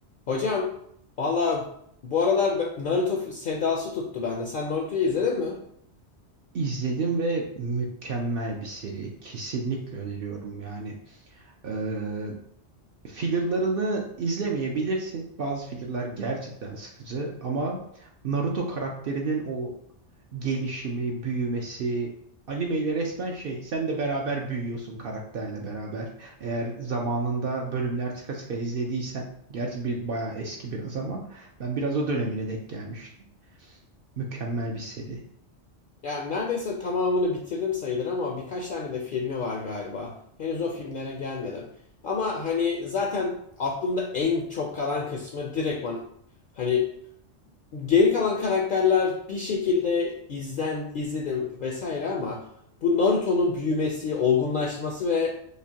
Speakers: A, on the left (about 55°); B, on the right (about 60°).
A: Hocam valla bu aralar be- Naruto f- sedası tuttu bende. Sen Naruto'yu izledin mi?
B: İzledim ve mükemmel bir seri. Kesinlikle öneriyorum yani. Ee, fillerlarını izlemeyebilirsin. Bazı fillerlar gerçekten sıkıcı ama Naruto karakterinin o gelişimi, büyümesi, animeyle resmen şey, sen de beraber büyüyorsun karakterle beraber. Eğer zamanında bölümler sıka sıka izlediysen, gerçi bir bayağı eski biraz ama ben biraz o dönemine denk gelmiştim. Mükemmel bir seri.
A: Yani neredeyse tamamını bitirdim sayılır ama birkaç tane de filmi var galiba. Henüz o filmlere gelmedim. Ama hani zaten aklımda en çok kalan kısmı direktman hani geri kalan karakterler bir şekilde izlen izledim vesaire ama bu Naruto'nun büyümesi, olgunlaşması ve